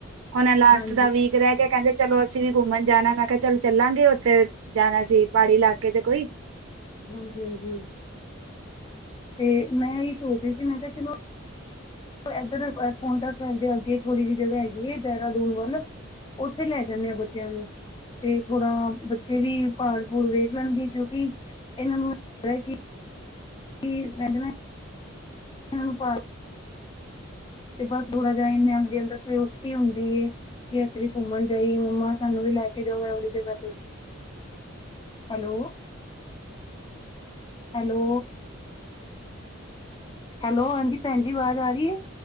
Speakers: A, on the right (about 75°); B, on the left (about 25°).
A: ਹੁਣ ਲਾਸਟ
B: ਹਾਂਜੀ
A: ਦਾ
B: ਹਾਂਜੀ
A: ਵੀਕ ਰਹਿ ਕੇ ਕਹਿੰਦੇ ਚਲੋ ਅਸੀਂ ਵੀ ਘੁੰਮਣ ਜਾਣਾ ਮੈਂ ਕਿਹਾ ਚਲ ਚੱਲਾਂਗੇ ਉੱਥੇ ਜਾਣਾ ਸੀ ਪਹਾੜੀ ਇਲਾਕੇ ਤੇ ਕੋਈ।
B: ਹਾਂਜੀ- ਹਾਂਜੀ। ਤੇ ਮੈਂ ਇਹੀ ਸੋਚ ਰਹੀ ਸੀ ਮੈਂ ਕਿਹਾ ਚਲੋ। ਇਧਰ ਪੋਨਟਾ ਸਹਿਬ ਅੱਗੇ ਥੋੜੀ ਜਿਹੀ ਜਗ੍ਹਾ ਹੈਗੀ ਦੇਹਿਹਰਾਦੂਨ ਵੱਲ। ਉੱਥੇ ਲੈ ਜਾਂਦੇ ਆਲ ਬੱਚਿਆਂ ਨੂੰ। ਤੇ ਥੋੜਾ ਬੱਚੇ ਵੀ ਪੜ- ਪੂੜ ਵੇਖ ਲੈਣਗੇ ਕਿਉਂਕਿ ਇਹਨਾਂ ਨੂੰ ਲਦਾ ਕਿ ਕੀ <unintelligible> ਹੂ, ਪਾਰਕ ਤੇ ਬਸ ਥੋੜਾ ਜਿਹਾ ਦੇ ਅੰਦਰ ਕੋਸਟੀ ਹੁੰਦੀ ਏ। ਕਿ ਅਸੀਂ ਵੀ ਘੁੰਮਣ ਜਾਈ ਮੰਮਾ ਸਾਨੂੰ ਵੀ ਲੈ ਕੇ ਜਾਓ ਇਹੋਲੀ ਜਗ੍ਹਾ ਤੇ। ਹੈਲੋ, ਹੈਲੋ, ਹੈਲੋ, ਹਾਂਜੀ ਭੈਣ ਜੀ ਆਵਾਜ਼ ਆ ਰਹੀ ਹੈ।